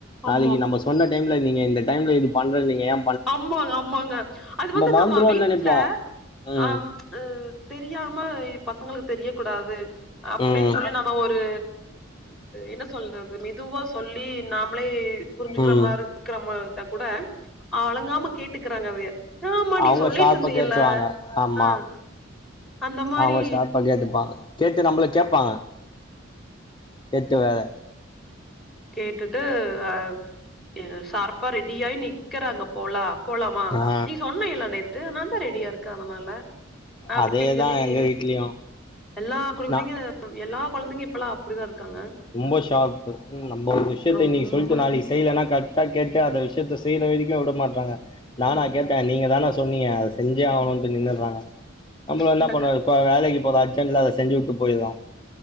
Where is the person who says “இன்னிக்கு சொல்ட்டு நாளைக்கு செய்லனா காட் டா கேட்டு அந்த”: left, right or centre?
Left